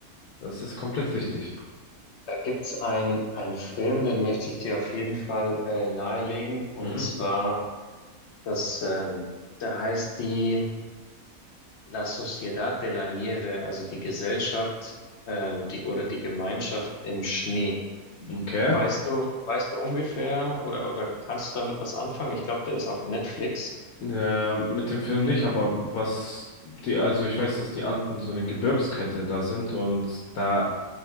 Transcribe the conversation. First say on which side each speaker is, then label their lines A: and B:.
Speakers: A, on the left; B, on the left.
A: das ist komplett richtig.
B: Da gibt's ein einen Film, den möchte ich dir auf jeden Fall äh, nahelegen. Und
A: Mhm.
B: zwar, das, ähm, da heißt die La Sociedad de la Nieve, also die Gesellschaft ähm, die, oder die Gemeinschaft im Schnee.
A: Okay.
B: Weißt du, weißt du ungefähr oder, oder kannst du damit was anfangen? Ich glaube, der ist auf Netflix.
A: Äh, mit dem Film nicht, aber was die, also ich weiß, dass die Anden so eine Gebirgskette da sind und da